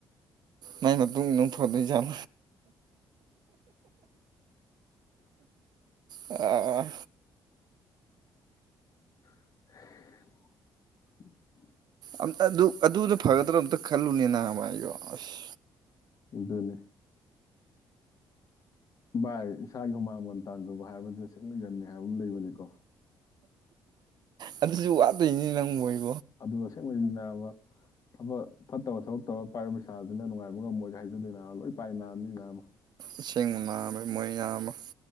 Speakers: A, on the right; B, on the left.
A: ꯃꯥꯏ ꯃꯝ ꯐꯗꯤꯖꯜ ꯑ
B: <unintelligible>
A: ꯑ ꯑꯗꯨꯗ ꯐꯒꯗ꯭ꯔꯥ ꯑꯝꯇ ꯈꯜꯂꯨꯅꯦ ꯅꯍꯃꯥꯏꯌꯣ ꯑꯁ
B: ꯑꯗꯨꯅꯤ ꯚꯥꯏ ꯏꯁꯥꯒꯤ ꯍꯨꯃꯥꯡꯒꯟ ꯇꯥꯟꯖꯕ ꯍꯥꯏꯕꯕꯁꯤꯦ ꯁꯦꯡꯅꯒꯟꯅꯤ ꯍꯥꯏꯕ ꯑꯃ ꯂꯩꯕꯅꯤꯀꯣ
A: ꯑꯗꯨꯁꯨ ꯋꯥꯠꯇꯣꯏꯅꯤ ꯅꯪ ꯃ ꯑꯣꯏ
B: ꯑꯗꯨꯒꯁꯦꯡꯕꯅꯥꯕ ꯊꯕꯛ ꯐꯠꯇꯕ ꯊꯕꯛ ꯇꯧꯔꯒ ꯄꯥꯏꯔꯤꯕ ꯄꯩꯁꯥꯁꯤꯅ ꯅꯨꯡꯉꯥꯏꯕ ꯉꯝꯃꯣꯏꯒ꯭ꯔ ꯍꯥꯏꯖꯟꯗꯦ ꯏꯅꯥꯃ ꯂꯣꯏ ꯄꯥꯏ ꯅꯥꯑꯅꯤ ꯏꯅꯥꯃ
A: ꯏꯁꯤꯡꯁꯤꯡ ꯃꯅꯥ ꯃꯣꯏꯅ ꯑꯃ